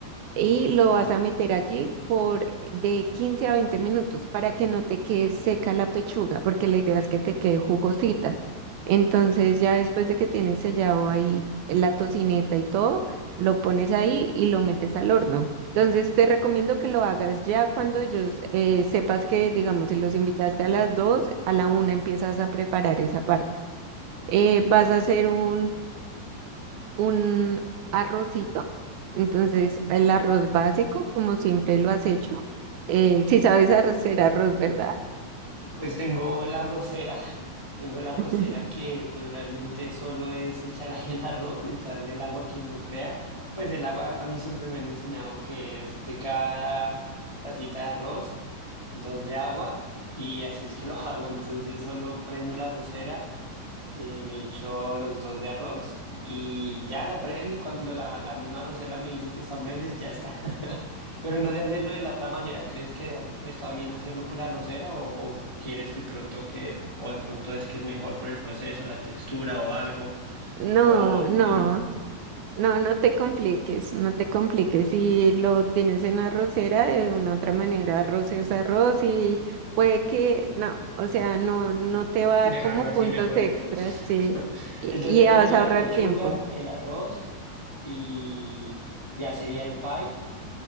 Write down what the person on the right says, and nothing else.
y lo vas a meter allí por de 15 a 20 minutos para que no te quede seca la pechuga, porque la idea es que te quede jugosita. Entonces ya después de que tienes sellado ahí la tocineta y todo, lo pones ahí y lo metes al horno. Entonces te recomiendo que lo hagas ya cuando ellos eh, sepas que, digamos, si los invitaste a las 2 a la una empiezas a preparar esa parte. Eh, vas a hacer un un arrocito. Entonces, el arroz básico, como siempre lo has hecho. Eh, si sabes hacer arroz, ¿verdad?
<laughs>
No,
no,
no, no te compliques, no te compliques. Si lo tienes en arrocera, de una u otra manera, arroz es arroz y puede que, no, o sea, no, no te va a
dar como
puntos
extras,
sí,
y,
y
vas
a
ahorrar
tiempo.